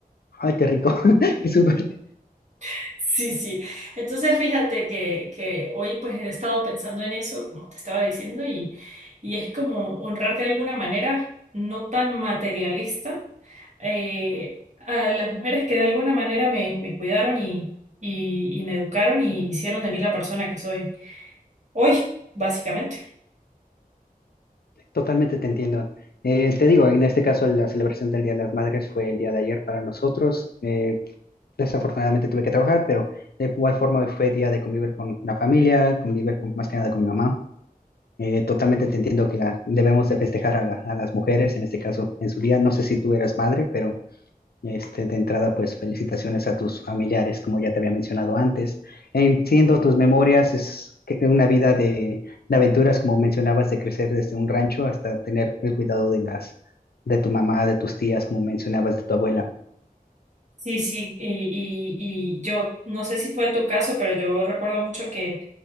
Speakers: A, on the left; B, on the right.
A: Ay, qué rico. <laughs> Qué súper.
B: <laughs> Sí, sí. Entonces fíjate que, que hoy pues he estado pensando en eso, como te estaba diciendo, y, y es como honrar de alguna manera, no tan materialista eh, a las mujeres que de alguna manera me, me cuidaron y, y, y me educaron y hicieron de mí la persona que soy hoy, básicamente.
A: Totalmente te entiendo. Eh, te digo, en este caso la celebración del Día de las Madres fue el día de ayer para nosotros. Eh, desafortunadamente tuve que trabajar, pero de igual forma hoy fue día de convivir con la familia, convivir con, más que nada con mi mamá. Eh, totalmente te entiendo que la, debemos de festejar a, la- a las mujeres, en este caso en su día. No sé si tú eras madre, pero Este, de entrada, pues felicitaciones a tus familiares, como ya te había mencionado antes. Entiendo tus memorias, es que- una vida de, de aventuras, como mencionabas, de crecer desde un rancho hasta tener el cuidado de las, de tu mamá, de tus tías, como mencionabas, de tu abuela.
B: Sí, sí, y, y, y yo no sé si fue tu caso, pero yo recuerdo mucho que,